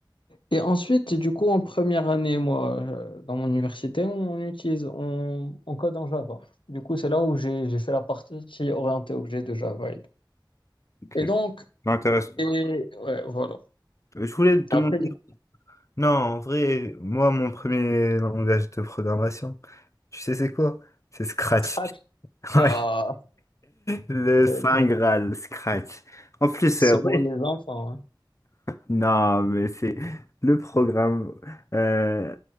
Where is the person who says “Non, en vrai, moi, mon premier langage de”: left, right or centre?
Left